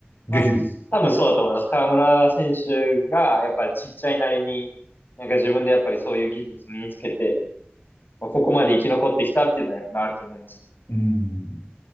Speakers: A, on the left; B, on the left.
A: できる。
B: まあ、多分そうだと思います。河村選手が、やっぱりちっちゃいなりに、なんか自分でやっぱりそういう技術身につけて、まあここまで生き残ってきたっていうのはやっぱあると思いますね。
A: うん。